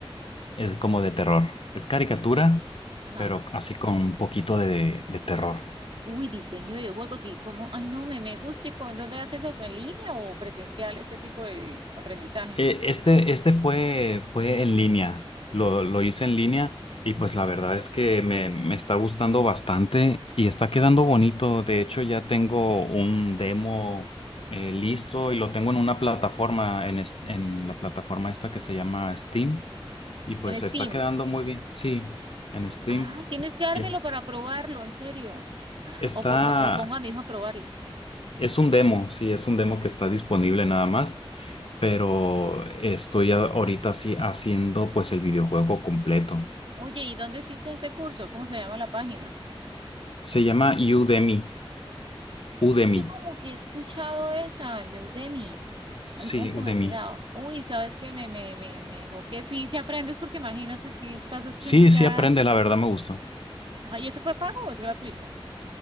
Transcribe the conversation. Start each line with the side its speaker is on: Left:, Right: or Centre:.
Left: es como de terror. Es caricatura,
Right: Ajá.
Left: pero así con un poquito de de terror.
Right: Uy, diseño de videojuegos, ¿y cómo? Ay, no, me, me gusta. ¿Y cómo- en dónde haces eso? ¿En línea o presencial ese tipo de aprendizaje?
Left: Eh, Este, este fue, fue en línea, lo, lo hice en línea y pues la verdad es que me, me está gustando bastante y está quedando bonito. De hecho, ya tengo un demo eh, listo y lo tengo en una plataforma, en, es- en la plataforma esta que se llama Steam y pues
Right: En Steam.
Left: está quedando muy bien. Sí, en Steam.
Right: Ay, tienes que dármelo
Left: Y es-
Right: para probarlo, en serio.
Left: Está,
Right: O pongo, o pongo a mi hijo a probarlo.
Left: es un demo, sí, es un demo que está disponible nada más. pero estoy a- ahorita sí haciendo pues el videojuego completo.
Right: Oye, ¿y dónde hiciste ese curso? ¿Cómo se llama la página?
Left: Se llama Udemy, Udemy.
Right: Ay, yo como que he escuchado esa, Leudemi. A
Left: Sí,
Right: mí como que
Left: Udemy.
Right: me ha llegado. Uy, ¿sabes qué? Me, me, me, me dijo que sí, si aprendes, porque imagínate si estás haciendo
Left: Sí,
Right: ya.
Left: sí aprende, la verdad me gustó.
Right: Ay, ¿eso fue pago o es gratuito?